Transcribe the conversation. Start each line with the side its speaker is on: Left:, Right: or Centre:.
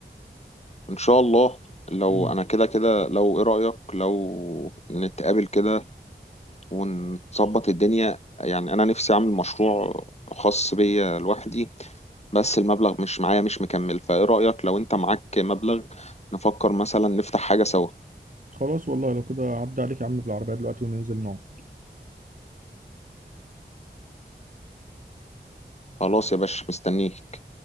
Left: ان شاء الله لو
Right: مم.
Left: انا كده كده لو ايه رأيك لو نتقابل كده ونظبط الدنيا يعني انا نفسي اعمل مشروع خاص بيا لوحدي بس المبلغ مش معايا مش مكمل فايه رأيك لو انت معاك مبلغ نفكر مثلا نفتح حاجة سوا
Right: خلاص والله لو كده عدى عليك يا عم بالعربية دلوقتي وننزل نقعد
Left: خلاص يا باشا مستنيك